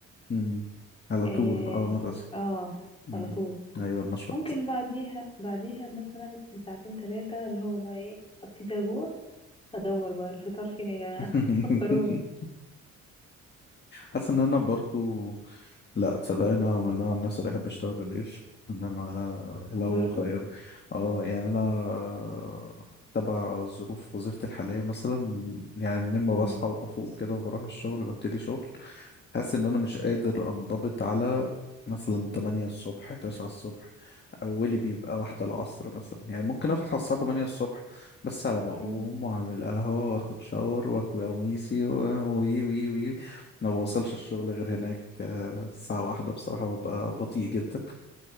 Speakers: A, on the left; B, on the left.
A: مم. على
B: اه
A: طول اول ما تصحي
B: اه
A: مم.
B: على طول
A: ايوه النشاط
B: ممكن بعديها بعديها مثلا بساعتين ثلاثة اللي هو بقى ايه هبتدي اجوع فادور بقى الفطار فين يا جماعة
A: <laughs>
B: <laughs> فطروني
A: حاسس ان انا برضو لا تصدقني انا من النوع عن نفسي اللي يحب يشتغل بالليل انما لو
B: برضو
A: خير اه يعني انا تبع ظروف وظيفتي الحاليه مثلا يعني من ما
B: مم.
A: بصحى وبفوق كده وبروح الشغل ببتدي شغل حاسس ان انا مش قادر انضبط على مثلا 8 الصبح 9 الصبح اولي بيبقى واحدة العصر مثلا يعني ممكن اصحى الساعة 8 الصبح بس على ما
B: مم.
A: اقوم واعمل قهوة واخد شاور واكوي قميصي و- وي وي وي ما بوصلش الشغل غير هناك آه، الساعة واحدة بصراحة ببقى بطيء جدا